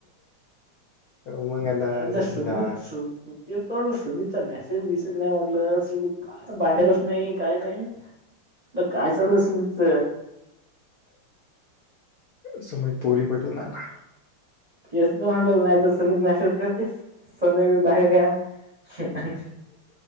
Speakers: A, on the left; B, on the right.
A: उमग आता
B: म्हटलं
A: सचिन
B: सुमित
A: दा.
B: तेच तर म्हटलं सुमितचा मेसेज दिसत नाही म्हटलं. बाहेरच नाही काय नाही. ते काय चालू आहे सुमित?
A: सुमित पोरी पटवू लागला.
B: तेच त म्हणल नाही तर सुमित मेसे करते सध्या मी बाहेर आहे आ.